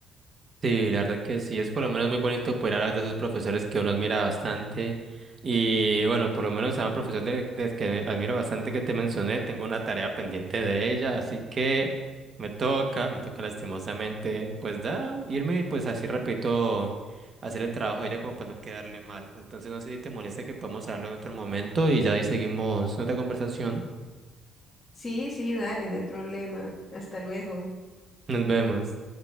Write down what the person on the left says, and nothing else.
Sí, sí, dale, no hay problema. Hasta luego.